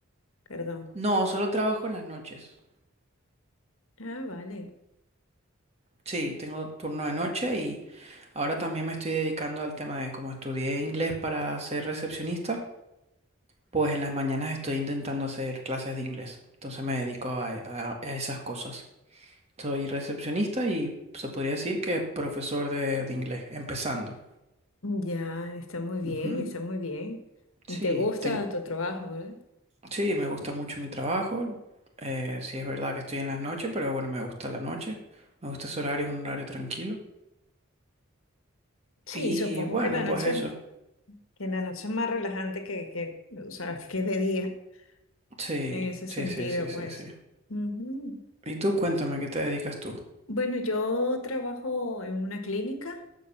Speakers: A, on the left; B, on the right.
A: Perdón.
B: No, solo trabajo en las noches.
A: Ah, vale.
B: Sí, tengo turno de noche y ahora también me estoy dedicando al tema de como estudié inglés para ser recepcionista, pues en las mañanas estoy intentando hacer clases de inglés. Entonces me dedico a, a- a esas cosas. Soy recepcionista y se podría decir que profesor de, de inglés, empezando.
A: Ya, está muy bien,
B: Ujú.
A: está muy bien. ¿Y
B: Sí,
A: te gusta
B: ten-
A: tu trabajo, ¿verdad?
B: Sí, me gusta mucho mi trabajo. Eh, sí es verdad que estoy en las noches, pero bueno, me gusta la noche. Me gusta ese horario, es un horario tranquilo.
A: Sí,
B: Y
A: supongo
B: bueno,
A: que la noche,
B: pues eso.
A: que la noche es más relajante que, que, o sea, que de día,
B: Sí,
A: en ese
B: sí,
A: sentido,
B: sí, sí, sí,
A: pues.
B: sí.
A: Ujú.
B: Y tú cuéntame, ¿qué te dedicas tú?
A: Bueno, yo trabajo en una clínica.